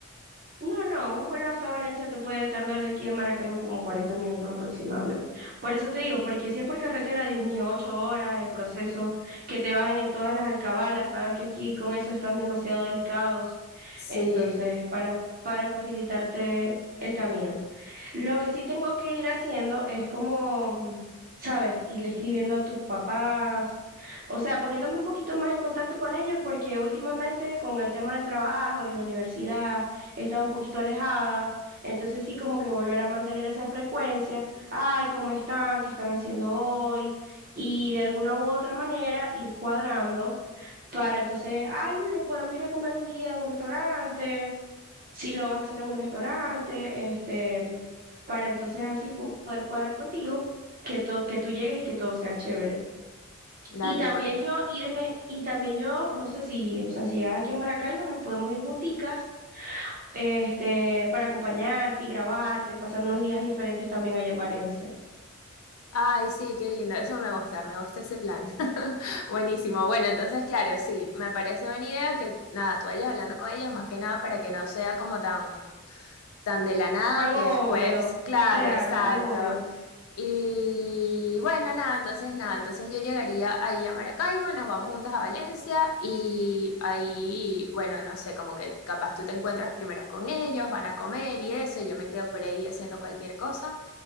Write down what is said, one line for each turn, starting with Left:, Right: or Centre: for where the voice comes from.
Right: No, no, un vuelo hasta Valencia te puede tardar de aquí a Maracaibo como 40 minutos aproximadamente. Por eso te digo, porque si es por carretera, Dios mío, ocho horas, el proceso, que te bajen en todas las alcabalas, sabes que aquí con eso están demasiado delicados.
Left: Sí,
Right: Entonces, para, para facilitarte el camino. Lo que sí tengo que ir haciendo es como, mm, ¿sabes? Irle escribiendo a tus papás, o sea, poniéndome un poquito más en contacto con ellos, porque últimamente con el tema del trabajo y la universidad he estado un poquito alejada, entonces sí como que volver a mantener esa frecuencia, ay, ¿cómo están? ¿Qué están haciendo hoy? Y de alguna u otra manera ir cuadrando para entonces, ay, bueno, podemos ir a comer un día en un restaurante si lo vas a hacer en un restaurante, este, para entonces así po- poder cuadrar contigo, que todo, que tú llegues y que todo sea chévere.
Left: dale,
Right: Y también
Left: bueno.
Right: yo irme, y también yo, no sé si, o sea, si llegas aquí en Maracaibo, nos podemos ir junticas, este, para acompañarte y grabarte, pasar unos días diferentes también allá en Valencia.
Left: Ay, sí, qué lindo, eso me gusta, me gusta ese plan. <laughs> Buenísimo. Bueno, entonces, claro, sí, me parece buena idea que, nada, tú vayas hablando con ellos más que nada para que no sea como tan, tan de la nada
Right: Tan
Left: que
Right: obvio,
Left: después, claro,
Right: claro,
Left: exacto.
Right: tan obvio.
Left: Y bueno, nada, entonces, nada, entonces yo llegaría ahí a Maracaibo, nos vamos juntas a Valencia y ahí, bueno, no sé, como que capaz tú te encuentras primero con ellos, van a comer y eso, y yo me quedo por ahí haciendo cualquier cosa.